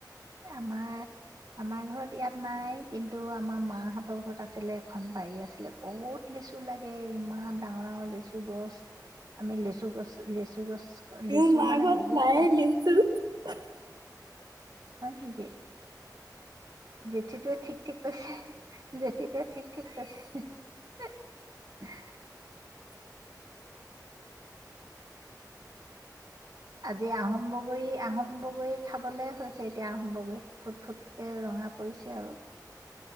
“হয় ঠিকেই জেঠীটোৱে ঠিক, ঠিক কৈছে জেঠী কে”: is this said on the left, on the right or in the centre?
Right